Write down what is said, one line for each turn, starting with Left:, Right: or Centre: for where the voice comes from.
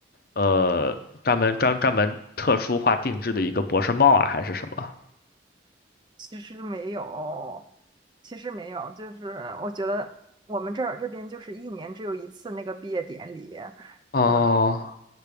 Left: 呃专门专专门特殊化定制的一个博士帽啊，还是什么？
Right: 其实没有，其实没有，就是我觉得我们这儿这边就是一年只有一次那个毕业典礼，
Left: 哦
Right: 嗯，